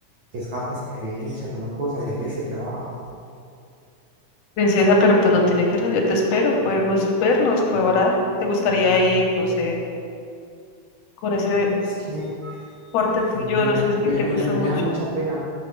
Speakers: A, on the right (about 70°); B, on the left (about 70°).
A: que es capaz que me echa, yo no puedo salir de ese trabajo.
B: Princesa, pero pues no tiene que ser, yo te espero, podemos vernos, colaborar. ¿Te gustaría ir, no sé, con ese
A: Es que,
B: corte tuyo?
A: Emilia,
B: No sé si
A: me-
B: te
A: Emilia,
B: gusta
A: a mí
B: mucho.
A: me da mucha pena,